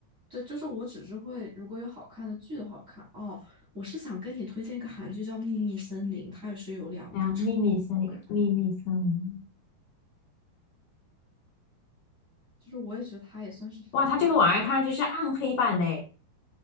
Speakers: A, on the right (about 20°); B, on the left (about 65°).
A: 对，就是我只是会，如果有好看的剧的好看哦，我是想跟你推荐一个韩剧叫《秘密森林》，它也是有两部超好看，
B: 哎呀，秘密森林，秘密森林，
A: 就是我也觉得它也算是韩，
B: 哇，它这个玩意儿看上去是暗黑版的诶，